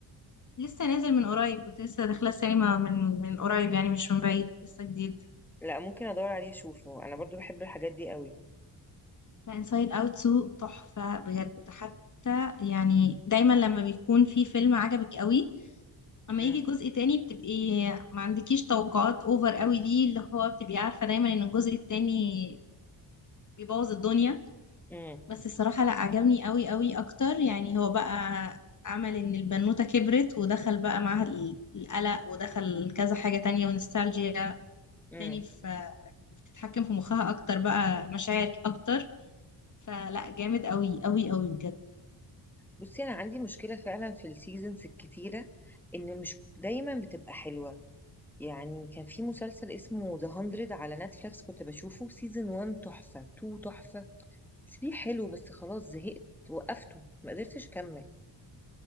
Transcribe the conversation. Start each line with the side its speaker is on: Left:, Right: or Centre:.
Left: لسه نازل من قريب كنت لسه داخله السينما من من قريب يعني مش من بعيد لسه جديد
Centre: لا ممكن ادور عليه اشوفه انا برضو بحب الحاجات دي قوي
Left: لا انسايد اوت 2 تحفه بجد حتى يعني دايما لما بيكون في فيلم عجبك قوي اما
Centre: مم.
Left: يجي جزء تاني بتبقي ما عندكيش توقعات اوفر قوي ليه اللي هو بتبقي عارفة دايما ان الجزء التاني بيبوظ الدنيا
Centre: مم.
Left: بس الصراحة لا عجبني قوي قوي اكتر يعني هو بقى عمل ان البنوتة كبرت ودخل بقى معاها ال- القلق ودخل كذا حاجة تانية ونستالجيا
Centre: مم.
Left: تاني في بتتحكم في مخها اكتر بقى مشاعر اكتر فلا جامد قوي قوي قوي بجد
Centre: بصي انا عندي مشكلة فعلا في السيزونز الكتيرة ان مش دايما بتبقى حلوة يعني كان في مسلسل اسمه ذا 100 على نتفليكس كنت بشوفه سيزون 1 تحفة 2 تحفة 3 حلو بس خلاص زهقت وقفته ما قدرتش اكمل